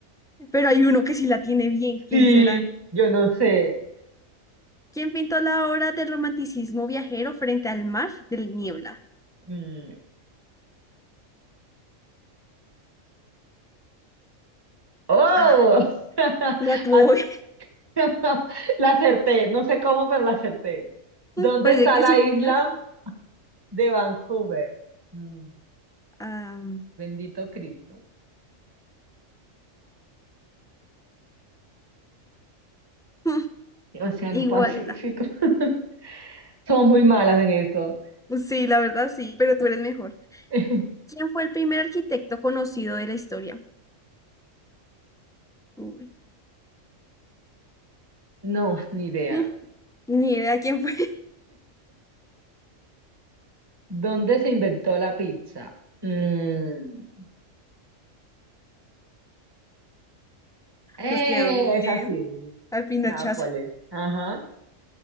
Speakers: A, in the centre; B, on the right.
A: Pero hay uno que sí la tiene bien. ¿Quién
B: Sí,
A: será?
B: yo no sé.
A: ¿Quién pintó la obra del romanticismo viajero frente al mar del Niebla?
B: Mm, Oh,
A: Ah,
B: <laughs>
A: la tuvo.
B: Ah,
A: bien.
B: <laughs> la acerté. No sé cómo, pero la acerté. ¿Dónde
A: <laughs> Parece
B: está
A: que
B: la
A: supiera.
B: isla de Vancouver? Mm,
A: Ah,
B: Bendito Cristo.
A: <laughs>
B: Océano Pacífico.
A: igualdad.
B: <laughs> Somos muy malas en esto.
A: Sí, la verdad sí, pero tú eres mejor.
B: <laughs>
A: ¿Quién fue el primer arquitecto conocido de la historia? Uy,
B: No, ni
A: <laughs>
B: idea.
A: mm, ni idea quién fue. <laughs>
B: ¿Dónde se inventó la pizza? Mm, eh,
A: Nos quedó bien.
B: es así.
A: Al pinochazo.
B: Nápoles. Ajá.